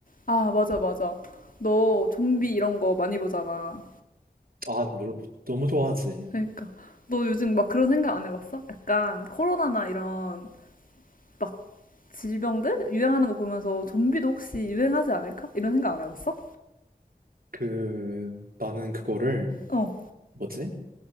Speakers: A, on the left; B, on the right.
A: 아, 맞아, 맞아. 너 좀비 이런 거 많이 보잖아.
B: 아, 물론 너무 좋아하지.
A: 그러니까. 너 요즘 막 그런 생각 안 해봤어? 약간 코로나나 이런 막 질병들 유행하는 거 보면서 좀비도 혹시 유행하지 않을까? 이런 생각 안 해봤어?
B: 그 나는 그거를
A: 어.
B: 뭐지?